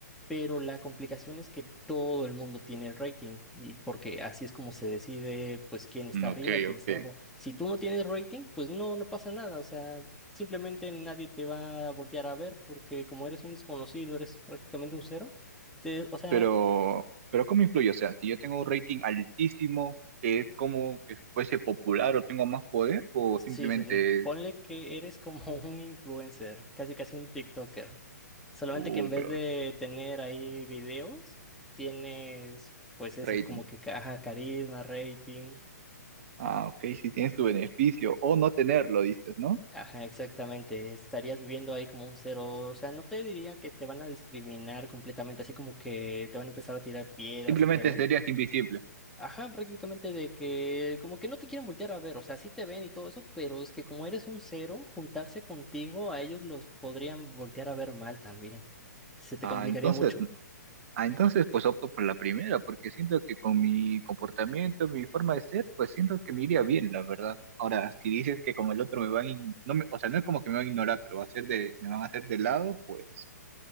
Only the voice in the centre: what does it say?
pero la complicación es que todo el mundo tiene rating y porque así es como se decide pues quién está
arriba y quién
está abajo. Si tú no tienes rating, pues no, no pasa nada, o sea, simplemente nadie te va a voltear a ver porque como eres un desconocido, eres prácticamente un cero. te- o sea,
Sí,
sí, sí. Ponle
que eres como <laughs> un influencer, casi casi un TikToker. Solamente
que en vez
de tener ahí videos, tienes pues ese,
como que ca- ajá, carisma, rating.
Ajá, exactamente. Estarías viviendo ahí como un cero. O sea, no te diría que te van a discriminar completamente, así como que te van a empezar a tirar piedras
y te ven.
Ajá, prácticamente de que como que no te quieren voltear a ver, o sea, sí te ven y todo eso, pero es que como eres un cero, juntarse contigo a ellos los podrían voltear a ver mal también. Se te
complicaría
mucho.